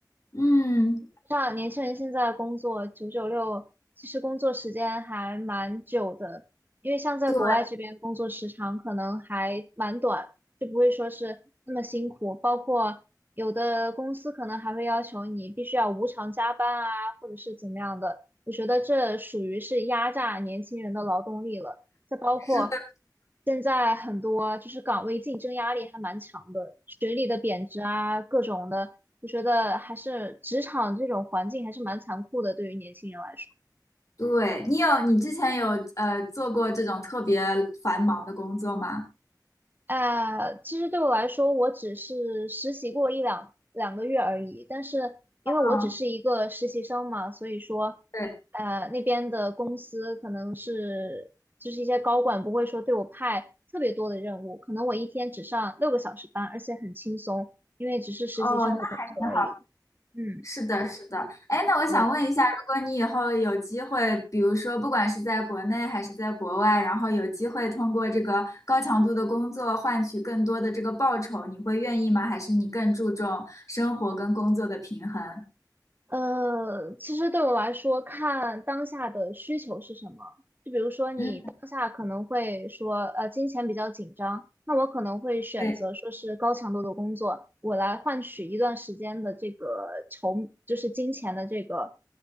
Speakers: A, on the left; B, on the right.
A: 嗯，
B: 像年轻人现在工作九九六，其实工作时间还蛮久的，因为像在国外这边工作时长可能还蛮短，
A: 对，
B: 就不会说是那么辛苦。包括有的公司可能还会要求你必须要无偿加班啊，或者是怎么样的。我觉得这属于是压榨年轻人的劳动力了。再包括
A: 是的
B: 现在很多就是岗位竞争压力还蛮强的，学历的贬值啊，各种的。我觉得还是职场这种环境还是蛮残酷的，对于年轻人来说。
A: 对，你有，你之前有呃做过这种特别繁忙的工作吗？
B: 呃，其实对我来说，我只是实习过一两两个月而已，但是因为我只是一个实习生嘛，
A: 嗯，
B: 所以说，
A: 对，
B: 呃，那边的公司可能是就是一些高管不会说对我派特别多的任务，可能我一天只上六个小时班，而且很轻松，因为只是实习生的工作而已。
A: 哦，那还。
B: 嗯，
A: 是的，是的。哎，那我想问一下，
B: 对。
A: 如果你以后有机会，比如说不管是在国内还是在国外，然后有机会通过这个高强度的工作换取更多的这个报酬，你会愿意吗？还是你更注重生活跟工作的平衡？
B: 呃，其实对我来说，看当下的需求是什么。就比如说，你当下可能会说，
A: 嗯，
B: 呃，金钱比较紧张，那我可能会选择说是高强度的工作，
A: 对，
B: 我来换取一段时间的这个筹，就是金钱的这个